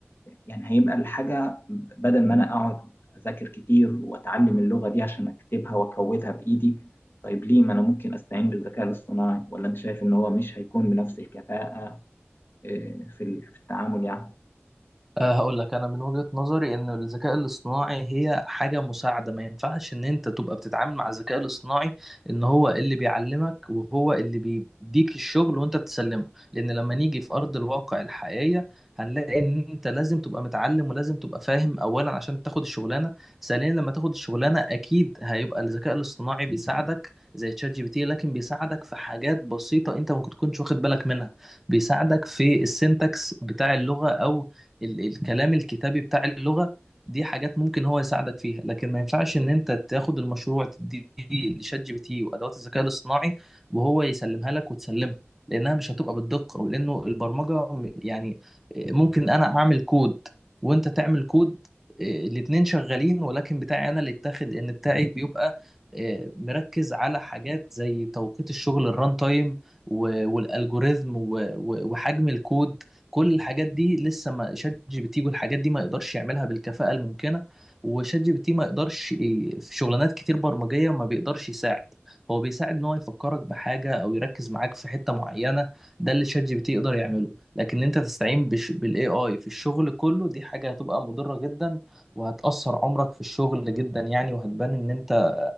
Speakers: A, on the left; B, in the centre.
A: يعني هيبقى الحاجة بدل ما أنا أقعد أذاكر كتير وأتعلم اللغة دي عشان أكتبها وأكودها بإيدي طيب ليه ما أنا ممكن أستعين بالذكاء الاصطناعي ولا أنت شايف إن هو مش هيكون بنفس الكفاءة آه، في ال- في التعامل يعني
B: أه هقول لك انا من وجهة نظري ان الذكاء الاصطناعي هي حاجة مساعدة ما ينفعش ان انت تبقى بتتعامل مع الذكاء الاصطناعي ان هو اللي بيعلمك وهو اللي بيديك الشغل وانت بتسلمه لان لما نيجي في ارض الواقع الحقيقية هنلاقي ان انت لازم تبقى متعلم ولازم تبقى فاهم اولا عشان تاخد الشغلانة ثانيا لما تاخد الشغلانة اكيد هيبقى الذكاء الاصطناعي بيساعدك زي تشات جي بي تي لكن بيساعدك في حاجات بسيطة انت ممكن تكونش واخد بالك منها بيساعدك في السنتكس بتاع اللغة او ال الكلام الكتابي بتاع اللغة دي حاجات ممكن هو يساعدك فيها لكن ما ينفعش ان انت تاخد المشروع تديه لشات جي بي تي وادوات الذكاء الاصطناعي وهو يسلمها لك وتسلمها لانها مش هتبقى بالدقة ولانه البرمجة يعني آه، ممكن انا اعمل كود وانت تعمل كود آه، الاتنين شغالين ولكن بتاعي انا اللي اتاخد ان بتاعي بيبقى آه، مركز على حاجات زي توقيت الشغل الران تايم والالجوريزم و- و- وحجم الكود كل الحاجات دي لسه ما شات جي بي تي والحاجات دي ما يقدرش يعملها بالكفاءة الممكنة وشات جي بي تي ما يقدرش ي- في شغلانات كتير برمجية ما بيقدرش يساعد هو بيساعد ان هو يفكرك بحاجة او يركز معاك في حتة معينة ده اللي شات جي بي تي يقدر يعمله لكن انت تستعين بش... بالاي اي في الشغل كله دي حاجة هتبقى مضرة جدا وهتأثر عمرك في الشغل جدا يعني وهتبان ان انت